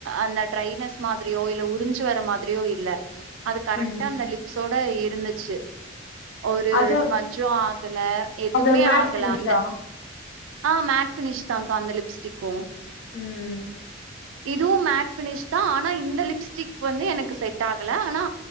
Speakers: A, on the right; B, on the left.
A: அந்த ட்ரைனஸ் மாதிரியோ இல்ல உறிஞ்சு வர மாதிரியோ இல்ல அது கரெக்டா
B: ம்
A: அந்த லிப்ஸோட இர் நின்னுச்சு ஒரு
B: அது
A: ஸ்மஜ்ஜு ஆகல எதுமே
B: அது மேட்
A: ஆகல
B: ஃபினிஷா
A: அந்த ஆ மேட் ஃபினிஷ் தாங்க்கா அந்த லிப்ஸ்டிக்கு
B: ம்
A: இதுவு மேட் ஃபினிஷ்தா ஆனா இந்த லிப்ஸ்டிக் வந்து எனக்கு செட் ஆக ல ஆனா